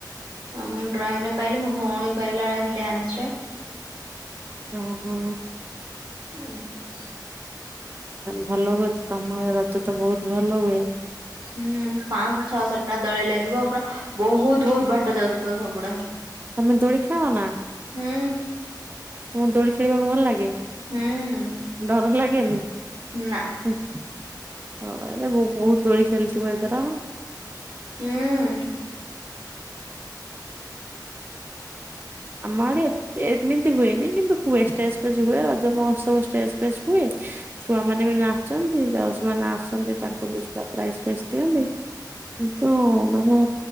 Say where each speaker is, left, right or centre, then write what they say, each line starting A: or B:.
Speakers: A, on the right; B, on the right.
A: ଅ ମୁଁ ଡ୍ରଇଂ ରେ ପାଇଲି। ମୋ ଭଉଣୀ ପାଇଲା ଡ୍ୟାନ୍ସରେ।
B: ଓହୋ।
A: <inaudible>
B: ଭଲ ହୁଏ ତ ତମ ଆଡେ ରଜ ତ ବହୁତ ଭଲ ହୁଏ।
A: ହୁଁ ପାଶହ ଛଅଶହ ଟା ଦୋଳି ଲାଗିବ ପୁରା ବହୁତ ବହୁତ ବାଟ ଯାଉଥିବ ସବୁଗୁଡା।
B: ତମେ ଦୋଳି ନା?
A: ହୁଁ।
B: ତମକୁ ଦୋଳି ଖେଳିବାକୁ ଭଲ ଲାଗେ
A: ହୁଁ
B: ଡର ଲାଗେନି?
A: ନା।
B: ହୁଁ <unintelligible> ବହୁତ ଦୋଳି ଖେଳିଥିବ ଏଥର।
A: ହୁଁ।
B: ଆମ ଆଡେ? ଏମିତି ହୁଏନି। କିନ୍ତୁ ହୁଏ, ଷ୍ଟେଜ ଫେଜ ହୁଏ ରଜ ମହୋତ୍ସବ ଷ୍ଟେଜ ଫେଜ ହୁଏ। ଛୁଆମାନେ ବି ନାଚନ୍ତି। ଜଜ୍ ମାନେ ଆସନ୍ତି ତାଙ୍କୁ ପ୍ରାଇଜ ଫ୍ରାଇଜ ଦିଅନ୍ତି। କିନ୍ତୁ ମାନେ